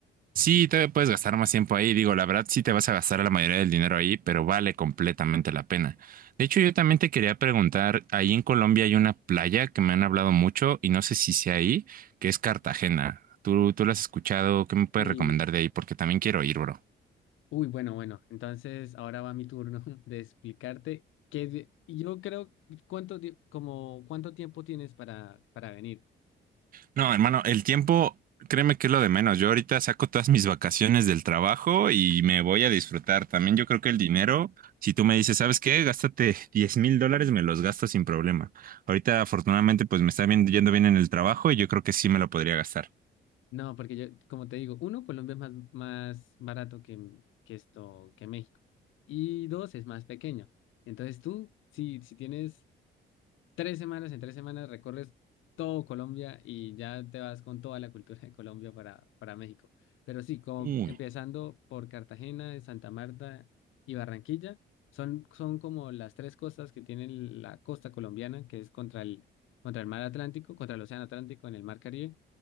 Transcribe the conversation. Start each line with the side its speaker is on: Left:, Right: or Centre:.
Right: Sí, te puedes gastar más tiempo ahí. Digo, la verdad, sí te vas a gastar la mayoría del dinero ahí, pero vale completamente la pena. De hecho, yo también te quería preguntar, ahí en Colombia hay una playa que me han hablado mucho y no sé si sea ahí, que es Cartagena. ¿Tú, tú la has escuchado? ¿Qué me puedes
Left: Sí.
Right: recomendar de ahí? Porque también quiero ir, bro.
Left: Uy, bueno, bueno, entonces ahora va mi turno <laughs> de explicarte qué... di- y Yo creo, ¿cuánto, di- como, cuánto tiempo tienes para, para venir?
Right: No, hermano, el tiempo, créeme que es lo de menos. Yo ahorita saco todas mis vacaciones del trabajo y me voy a disfrutar. También yo creo que el dinero, si tú me dices, ¿sabes qué? Gástate diez mil dólares, me los gasto sin problema. Ahorita, afortunadamente, pues me está bien- yendo bien en el trabajo y yo creo que sí me lo podría gastar.
Left: No, porque yo, como te digo, uno, Colombia es más, más barato que, que esto, que México. Y dos, es más pequeño. Entonces tú, si, si tienes Tres semanas, en tres semanas recorres todo Colombia y ya te vas con toda la cultura de Colombia para, para México. Pero sí, como
Right: Uy.
Left: empezando por Cartagena, Santa Marta y Barranquilla, son, son como las tres costas que tienen la costa colombiana, que es contra el, contra el mar Atlántico, contra el océano Atlántico en el mar Caribe.